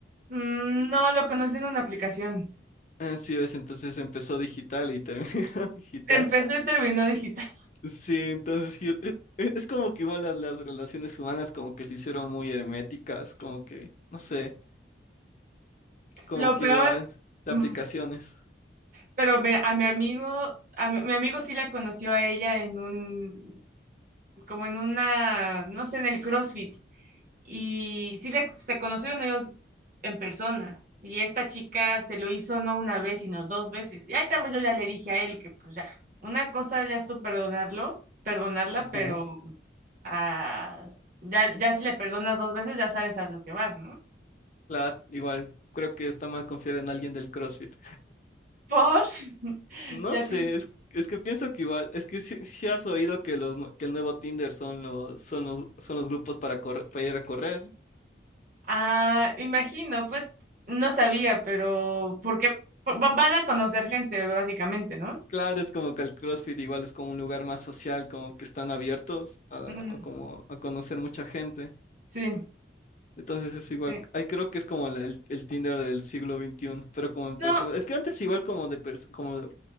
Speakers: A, on the right (about 50°); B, on the left (about 45°).
A: mm, no, lo conocí en una aplicación.
B: Ah, sí, ves, entonces empezó digital y terminó <laughs> digital.
A: Empezó y terminó digital.
B: Sí, entonces sí, es, es como que igual las, las relaciones humanas como que se hicieron muy herméticas, como que, no sé, como
A: Lo
B: que
A: peor,
B: igual de
A: mm,
B: aplicaciones.
A: pero me- a mi amigo, a mi, mi amigo sí la conoció a ella en un, como en una, no sé, en el CrossFit. Y sí le- se conocieron ellos en persona. Y esta chica se lo hizo no una vez, sino dos veces. Y ahí también yo ya le dije a él que pues ya, una cosa ya es tú perdonarlo, perdonarla,
B: Ajá.
A: pero ah, ya, ya si le perdonas dos veces ya sabes a lo que vas, ¿no?
B: Claro, igual creo que está mal confiar en alguien del CrossFit.
A: Por, <laughs>
B: No sé,
A: ya
B: es, es que pienso que igual, es que si, si has oído que los que el nuevo Tinder son los son los son los grupos para correr, para ir a correr.
A: Ah, imagino, pues no sabía, pero porque va- van a conocer gente, básicamente, ¿no?
B: Claro, es como que el CrossFit igual es como un lugar más social, como que están abiertos a,
A: Ujú,
B: a como a conocer mucha gente.
A: Sí,
B: Entonces es igual,
A: sí.
B: ahí creo que es como la- el, el Tinder del siglo XXI, pero como en
A: No,
B: persona. Es que antes igual como de pers- como